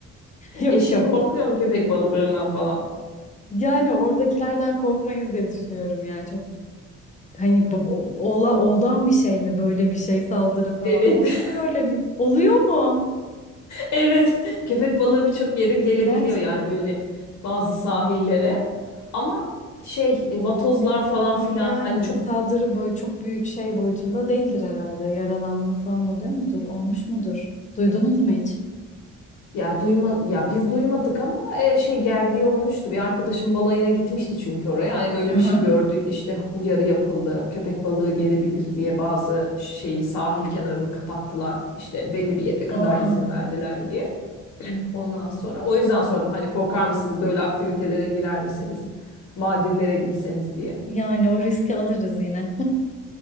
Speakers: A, on the left; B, on the left.
A: <laughs> Yok
B: Eşin
A: yok.
B: korkuyor mu köpek balıklarından falan?
A: Yani oradakilerden korkmayız diye düşünüyorum ya. Çok hani bu- o- ola oldan bir şey mi böyle bir şey saldırı falan
B: Evet.
A: yoktur
B: <laughs>
A: öyle bir. Oluyor mu?
B: Evet. Köpek balığı birçok yere gelebiliyor
A: Gerçi
B: yani böyle bazı sahillere. Ama şey e, vatozlar falan
A: ha,
B: filan
A: yani
B: hani çok
A: saldırı boyu çok büyük şey boyutunda değildir herhalde. Yaralanma falan oluyor mudur? Olmuş mudur? Duydunuz mu hiç?
B: Ya duyma ya biz duymadık ama e, şey geldiği olmuştu. Bir arkadaşım balayına gitmişti çünkü oraya. Hani böyle
A: <laughs>
B: bir şey gördük. İşte uyarı yapıldı. Köpek balığı gelebilir diye bazı şeyi sahil kenarını kapattılar. İşte belli bir yere kadar
A: Aa,
B: izin verdiler diye. <clears throat> Ondan sonra o yüzden sordum hani korkar mısınız böyle aktivitelere girer misiniz? Maldivlere gitseniz diye.
A: yani o riski alırız yine.